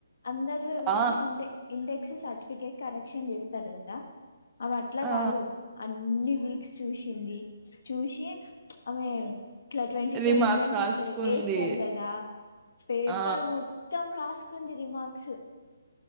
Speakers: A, on the left; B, on the right.
A: అందరూ ఎవరైనా
B: ఆ!
A: ఇంతే సర్టిఫికెట్ కరెక్షన్ చేస్తారు కదా అవి అట్లా
B: ఆ!
A: కాదు అన్ని గ్రీక్స్ చూసింది చూసే ఆమె ఇట్లా ట్వంటీ ట్వంటీ
B: రిమార్క్స్
A: ట్వంటీ
B: రాసుకుంది.
A: ఇట్లా ఏస్తారు కదా పేపర్
B: ఆ!
A: మొత్తం రాసు కుందిరి రిమార్క్స్